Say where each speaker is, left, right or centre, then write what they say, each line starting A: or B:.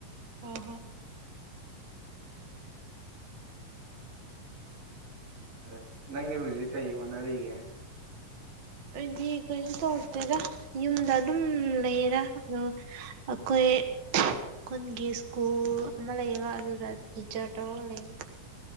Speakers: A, on the right; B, on the right.
A: ꯍꯣ
B: ꯑ ꯅꯪꯗꯤ ꯍꯧꯖꯤꯛ ꯀꯩ ꯍꯣꯠꯅꯔꯤꯒꯦ
A: ꯑꯩꯗꯤ ꯀꯩꯁꯨ ꯇꯧꯗꯦꯗ ꯌꯨꯝꯗ ꯑꯗꯨꯝ ꯂꯩꯌꯦꯗ ꯑꯗꯣ ꯑꯩꯈꯣꯏ ꯈꯨꯜꯒꯤ ꯁ꯭ꯀꯨꯜ ꯒꯃ ꯂꯩꯌꯦꯕ ꯑꯗꯨꯗ ꯇꯤꯆꯔ ꯇꯧꯔꯒ ꯂꯩꯌꯦ